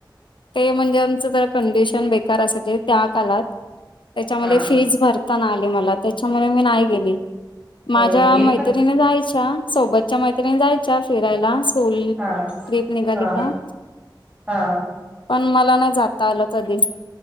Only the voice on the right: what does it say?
हा
होय मी
पण
हा
हा
हा